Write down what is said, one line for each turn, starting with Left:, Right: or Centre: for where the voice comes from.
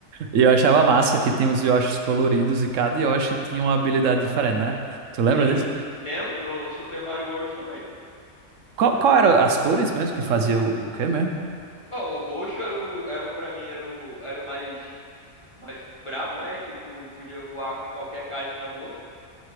Right: E eu achava massa que tinha os Yoshis coloridos e cada Yoshi tinha uma habilidade diferente, né? Tu lembra
Left: Sim,
Right: disso?
Left: lembro, no Super Mario World também.
Right: Qual, qual eram as cores mesmo que fazia o, o quê mesmo?
Left: Ó, o roxo era o, era o, pra mim, era o, era o mais, mais brabo, né? Que tu podia voar com qualquer casco na boca.